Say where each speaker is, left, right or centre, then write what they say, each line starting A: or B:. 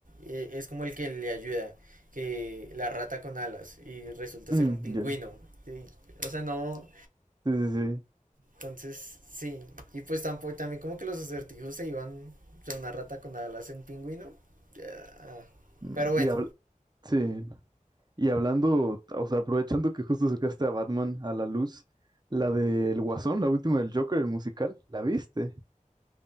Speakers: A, on the right; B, on the right.
A: eh, es como el que le ayuda, que la rata con alas y resulta
B: Mm,
A: ser un pingüino.
B: ya.
A: Y, o sea, no,
B: Sí, sí, sí.
A: Entonces, sí. Y pues tampoco, también como que los acertijos se iban o sea, una rata con alas en un pingüino. ya.
B: Mm,
A: Pero bueno.
B: Y habl- sí, y hablando, o sea, aprovechando que justo sacaste a Batman a la luz, la del Guasón, la última del Joker, el musical, ¿la viste?